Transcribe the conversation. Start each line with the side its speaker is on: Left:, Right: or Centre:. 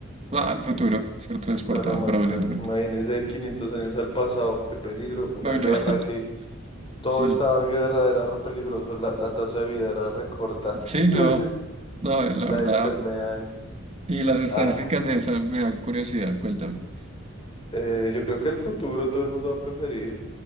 Right: Va al futuro, ser transportado
Left: Claro, más
Right: permanentemente.
Left: tranqui. Imagínese 500 años al pasado. Qué peligro. Una
Right: Uy,
Left: guerra
Right: no. <laughs>
Left: así. Todo
Right: Sí.
Left: estaba en guerra, era re peligroso, la, la tasa de vida era re corta.
Right: Sí,
Left: <laughs>
Right: no,
Left: Sí.
Right: no, la
Left: Las
Right: verdad.
Left: enfermedades. <laughs>
Right: Y las estadísticas
Left: Ah,
Right: de esa me dan curiosidad, cuéntame.
Left: eh, yo creo que el futuro todo el mundo va a preferir.